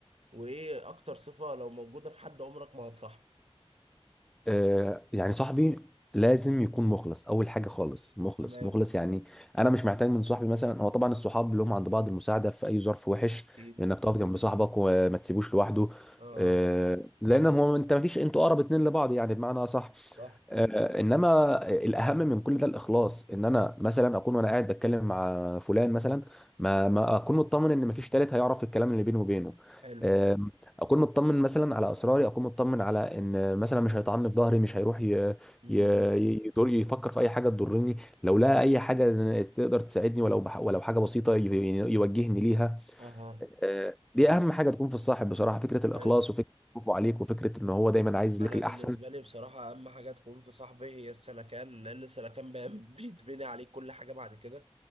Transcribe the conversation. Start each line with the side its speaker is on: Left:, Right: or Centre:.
Right: وايه اكتر صفه لو موجوده في حد عمرك ما هتصاحبه
Centre: آه، يعني صاحبي لازم يكون مخلص اول حاجه خالص مخلص
Right: تمام
Centre: مخلص يعني انا مش محتاج من صاحبي مثلا هو طبعا الصحاب لهم عند بعض المساعده في اي ظرف وحش
Right: اكيد
Centre: انك تقف جنب صاحبك وما تسيبوش لوحده
Right: اه
Centre: آه،
Right: اه
Centre: لان هو انت ما فيش انتوا اقرب اتنين لبعض يعني بمعنى صح
Right: صح
Centre: آه، انما الاهم من كل ده الاخلاص ان انا مثلا اكون وانا قاعد بتكلم مع فلان مثلا ما ما اكون مطمن ان مفيش تالت هيعرف الكلام اللي بيني وبينه
Right: حلو
Centre: آه، اكون مطمن مثلا على اسراري اكون مطمن على ان مثلا مش هيطعني في ظهري مش هيروح ي...
Right: امم
Centre: ي... يدور يفكر في اي حاجه تضرني لو لقى اي حاجه تقدر تساعدني ولو بح... ولو حاجه بسيطه ي... يعني يوجهني ليها
Right: اها
Centre: آه، دي اهم حاجه تكون في الصاحب بصراحه فكره الاخلاص
Right: حلو
Centre: وفكره خوفه عليك وفكره ان هو دايما عايز
Right: انا
Centre: لك الاحسن
Right: بالنسبه لي بصراحه اهم حاجه تكون في صاحبي هي السلكان لان السلكان بيهم- <laughs> بيتبني عليه كل حاجه بعد كده